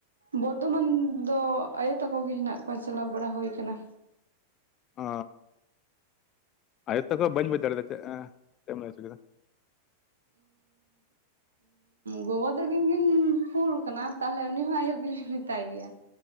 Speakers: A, on the right (about 70°); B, on the left (about 30°).
A: ᱵᱚᱨᱫᱷᱚᱢᱟᱱ ᱫᱚ ᱟᱭᱳ ᱛᱟᱠᱚ ᱜᱮ ᱦᱮᱱᱟᱜ ᱠᱚᱣᱟ ᱪᱟᱞᱟᱣ ᱵᱟᱲᱟ ᱦᱳᱭ ᱠᱟᱱᱟ᱾
B: ᱚ ᱟᱭᱳ ᱛᱟᱠᱚ ᱵᱟᱹᱧ ᱵᱩᱡᱽ ᱫᱟᱲᱮᱭᱟᱫᱟ ᱪᱮᱫ ᱮ ᱪᱮᱫ ᱮᱢ ᱞᱟᱹᱭ ᱦᱚᱪᱚ ᱠᱮᱫᱟ?
A: ᱜᱚᱜᱚ ᱛᱟᱠᱤᱱ ᱠᱤᱱ ᱯᱷᱩᱞ ᱠᱟᱱᱟ ᱛᱟᱦᱚᱞᱮ ᱩᱱᱤ ᱦᱚᱸ ᱟᱭᱳ ᱜᱮ ᱞᱤᱞᱤᱧ ᱢᱮᱛᱟᱭ ᱜᱮᱭᱟ᱾